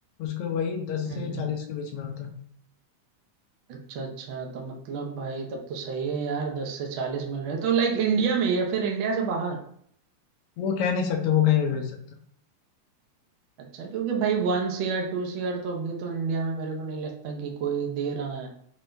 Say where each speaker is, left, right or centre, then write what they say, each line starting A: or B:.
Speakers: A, on the left; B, on the right.
A: उसको वही दस
B: हम्म
A: से चालीस के बीच में आता है
B: अच्छा अच्छा तो मतलब भाई तब तो सही है यार दस से चालीस मिल रहे हैं। तो लाइक इंडिया में या फिर इंडिया से बाहर
A: वो कह नहीं सकते वो कहीं भी भेज सकता
B: अच्छा क्योंकि भाई वन सीआर टू सीआर तो अभी तो इंडिया में मेरे को नहीं लगता कि कोई दे रहा